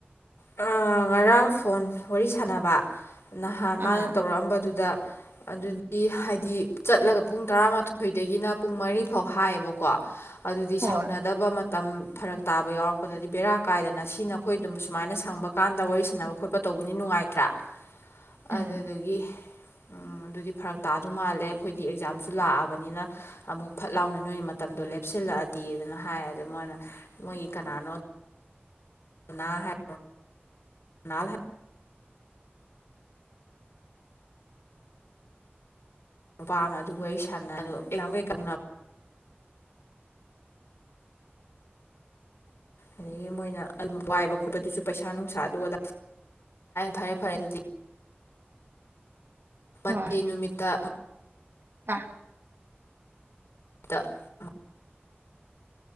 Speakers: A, on the left; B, on the right.
A: ꯑꯥ ꯉꯔꯥꯡ ꯐꯣꯟ ꯋꯥꯔꯤ ꯁꯥꯟꯅꯕ ꯅꯍꯥꯟ ꯃꯥꯅ
B: ꯑꯥ
A: ꯇꯧꯔꯛꯑꯝꯕꯗꯨꯗ꯫ ꯑꯗꯨꯗꯤ ꯍꯥꯏꯗꯤ ꯆꯠꯂꯒ ꯄꯨꯡ ꯇꯔꯥꯃꯥꯊꯣꯏꯗꯒꯤꯅ ꯄꯨꯡ ꯃꯔꯤ ꯐꯥꯎ ꯍꯥꯏꯌꯦꯕꯀꯣ꯫ ꯑꯗꯨꯗꯤ
B: ꯍꯣꯏ
A: ꯁꯪꯅꯗꯕ ꯃꯇꯝ ꯐꯔꯛ ꯇꯥꯕ ꯌꯥꯎꯔꯛꯄꯗꯗꯤ ꯕꯦꯔꯥ ꯀꯥꯏꯗꯅ ꯁꯤꯅ ꯑꯩꯈꯣꯏ ꯑꯗꯨꯝ ꯁꯨꯃꯥꯏꯅ ꯁꯪꯕ ꯀꯥꯟꯗ ꯋꯥꯔꯤ ꯁꯥꯟꯅꯕ ꯈꯣꯠꯄ ꯇꯧꯕꯅꯤ ꯅꯨꯡꯉꯥꯏꯇ꯭ꯔꯥ ꯑꯗꯨꯗꯒꯤ
B: ꯎꯝ
A: ꯎꯝ ꯑꯗꯨꯗꯤ ꯐꯔꯛ ꯇꯥꯗꯧ ꯃꯥꯜꯂꯦ ꯑꯩꯈꯣꯏꯗꯤ ꯑꯦꯛꯖꯥꯝꯁꯨ ꯂꯥꯛꯑꯕꯅꯤꯅ꯫ ꯑꯃꯨꯛ ꯐꯠ ꯂꯥꯎꯅ ꯅꯣꯏ ꯃꯇꯝꯗꯣ ꯂꯦꯞꯁꯤꯜꯂꯛꯑꯗꯤꯗꯅ ꯍꯥꯏ ꯑꯗ ꯃꯣꯏꯅ ꯃꯣꯏꯒꯤ ꯀꯅꯥꯅꯣ ꯄꯨꯅꯥ ꯍꯥꯏ <unintelligible> ꯅꯨꯄꯥ ꯑꯃ ꯑꯗꯨ ꯋꯥꯔꯤ ꯁꯥꯟꯅꯍꯜꯂꫭ ꯑꯗꯨ <inaudible> ꯑꯗꯒꯤ ꯃꯣꯏꯅ ꯑꯗꯨ ꯋꯥꯏꯕ ꯈꯣꯠꯄꯗꯨꯁꯨ ꯄꯩꯁꯥ ꯅꯨꯡꯁꯥ ꯑꯗꯨ ꯑꯗꯥ ꯐꯔꯦ ꯐꯔꯦ ꯑꯗꯨꯗꯤ꯫ ꯄꯟꯗꯦ
B: ꯍꯣꯏ
A: ꯅꯨꯃꯤꯠꯇ
B: <unintelligible>
A: <unintelligible>